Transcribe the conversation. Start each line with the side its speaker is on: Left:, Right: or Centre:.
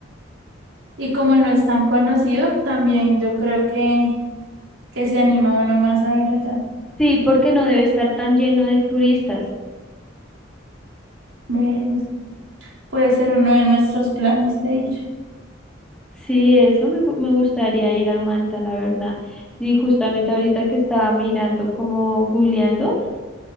Right: Y como no es tan conocido, también yo creo que que se anima uno más a ir allá.
Centre: Sí, porque no debe estar tan lleno de turistas.
Right: ¿Ves? Puede ser uno de nuestros planes de ir.
Centre: Sí, eso me, gu- me gustaría ir a Malta, la verdad. Y justamente ahorita que estaba mirando como googleando,